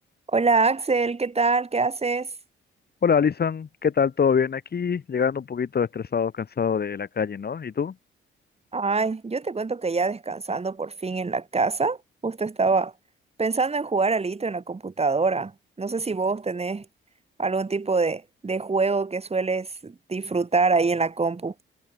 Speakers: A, on the right (about 30°); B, on the left (about 50°).
A: Hola Axel, ¿qué tal? ¿Qué haces?
B: Hola Alison, ¿qué tal? ¿Todo bien aquí? Llegando un poquito estresado, cansado de la calle, ¿no? ¿Y tú?
A: Ay, yo te cuento que ya descansando por fin en la casa, justo estaba pensando en jugar alito en la computadora. No sé si vos tenés algún tipo de, de juego que sueles disfrutar ahí en la compu.